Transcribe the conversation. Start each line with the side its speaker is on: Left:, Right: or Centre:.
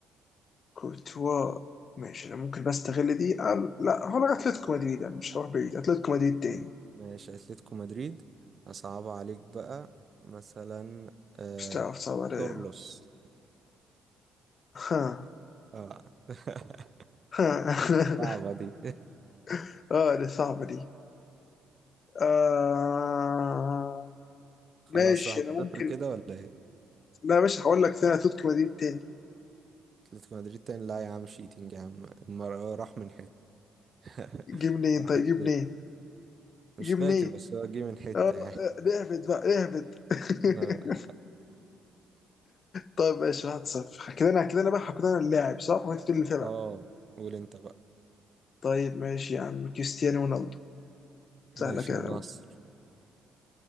Left: كورتوا ماشي انا ممكن بستغل دي أه لا هو أنا اتلتيكو مدريد يعني مش هروح بعيد اتلتيكو مدريد تاني
Right: ماشي اتلتيكو مدريد اصعب عليك بقى مثلا آه...
Left: مش تعرف صعب عليا
Right: تورلوس
Left: ها
Right: اه <laughs>
Left: ها
Right: صعبة دي
Left: <laughs> اه دي صعبه دي آه.
Right: <laughs> خلاص
Left: ماشي
Right: واحد
Left: انا ممكن
Right: صفر كده ولا ايه
Left: لا يا باشا هقول لك ثاني اتلتيكو مدريد تاني
Right: اتلتيكو مدريد تاني لا يا عم شيتنج يا عم المر... هو راح من حتة <laughs>
Left: جيب منين
Right: واحد
Left: طيب جيب
Right: صفر.
Left: منين
Right: مش
Left: جيب
Right: فاكر
Left: منين
Right: بس هو جه من حتة
Left: اه آه،
Right: يعني
Left: نهبط بقى نهبط <laughs>
Right: <laughs> اه
Left: طيب ماشي 1-0 كده انا كده انا بقى كده انا اللاعب صح وانت تقول اللي فيها بقى
Right: آه، قول انت بقى
Left: طيب ماشي يا عم كريستيانو رونالدو سهله
Right: ماشي
Left: كده
Right: النصر
Left: أوي